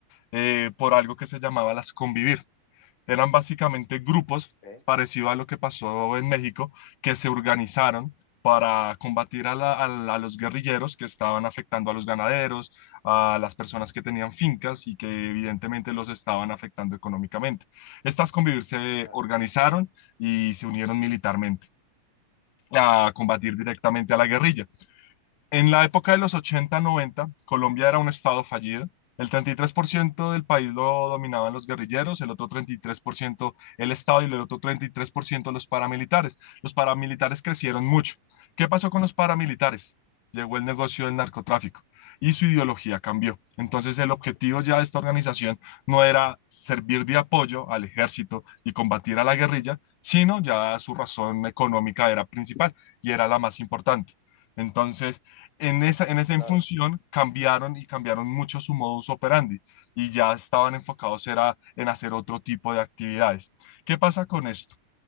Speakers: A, on the left; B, on the left.
A: eh, por algo que se llamaba las convivir. Eran básicamente grupos,
B: Ok,
A: parecido a lo que pasó en México, que se organizaron para combatir a, la- a la- a los guerrilleros que estaban afectando a los ganaderos, a las personas que tenían fincas y que evidentemente los estaban afectando económicamente. Estas convivir se
B: claro,
A: organizaron y se unieron militarmente a combatir directamente a la guerrilla. En la época de los ochenta noventa Colombia era un estado fallido. El 33% del país lo dominaban los guerrilleros, el otro 33% el Estado y el otro 33% los paramilitares. Los paramilitares crecieron mucho. ¿Qué pasó
B: ok,
A: con los paramilitares? Llegó el negocio del narcotráfico y su ideología cambió. Entonces el objetivo ya de esta organización no era servir de apoyo al ejército y combatir a la guerrilla, sino ya su razón económica era principal y era la más importante. Entonces, en esa, en esa
B: claro.
A: función cambiaron y cambiaron mucho su modus operandi y ya estaban enfocados era en hacer otro tipo de actividades. ¿Qué pasa con esto?